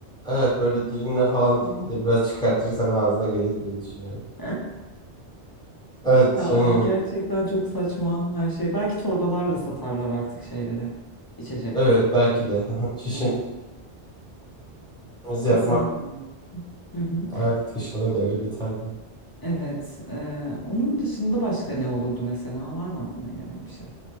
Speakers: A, in the centre; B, on the left (about 30°).
A: evet böyle dilinle falan dilini de biraz <laughs> çıkartırsan ağzına gelir diye düşünüyorum.
B: <laughs>
A: Evet
B: Ya
A: yani
B: gerçekten çok saçma her şey. Belki torbalarla satarlar artık şeyleri, içecekleri.
A: evet belki de <laughs> çişimizi
B: Evet,
A: yapmak
B: kesinlikle. Hı hı.
A: ayakta işeme devri biterdi.
B: Evet. eee, onun dışında başka ne olurdu mesela? Var mı aklına gelen bir şey?